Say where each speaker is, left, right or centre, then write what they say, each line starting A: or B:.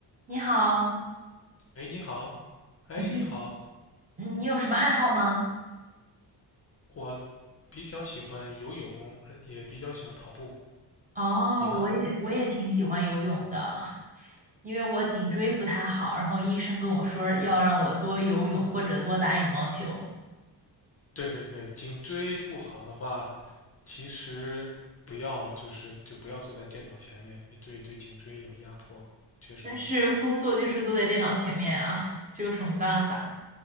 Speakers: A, on the right; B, on the left.
A: 你好，
B: 哎，你好，哎，
A: 你最，
B: 你好，
A: 嗯你有什么爱好吗？
B: 我比较喜欢游泳，呃也比较喜欢跑步。
A: 哦，
B: 你呢？
A: 我也我也挺喜欢游泳的，因为我颈椎不太好，然后医生跟我说要让我多游泳或者多打羽毛球，
B: 对对对，颈椎不好的话，其实不要就是就不要坐在电脑前面，对对颈椎有压迫，确实是不好。
A: 但是工作就是坐在电脑前面啊，这有什么办法？